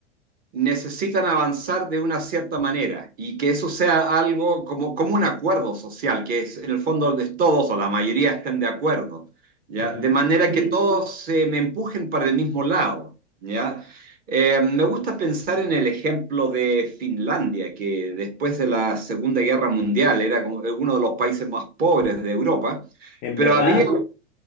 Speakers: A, on the right (about 25°); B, on the left (about 25°).
A: necesitan avanzar de una cierta manera y que eso sea algo como, como un acuerdo social, que es en el fondo de todos o la mayoría estén de acuerdo, ¿ya?
B: Ujú,
A: De manera que todos se me empujen para el mismo lado, ¿ya? Eh, me gusta pensar en el ejemplo de Finlandia, que después de la Segunda Guerra Mundial era como uno de los países más pobres de Europa,
B: En
A: pero
B: verdad.
A: había